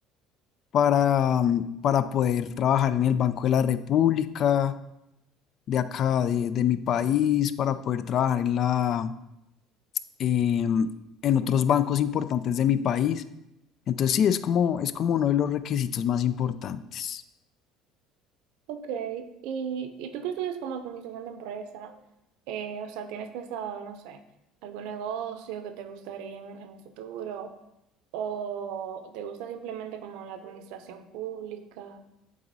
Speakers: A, on the left; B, on the right.
A: para, mm, para poder trabajar en el Banco de la República, de acá, de, de mi país, para poder trabajar en la, em, en otros bancos importantes de mi país. Entonces sí, es como, es como uno de los requisitos más importantes.
B: ok. ¿Y, y tú que estudias como administración de empresa? eh, o sea, ¿tienes pensado, no sé, algún negocio que te gustaría en, en un futuro? ¿O te gusta simplemente como la administración pública?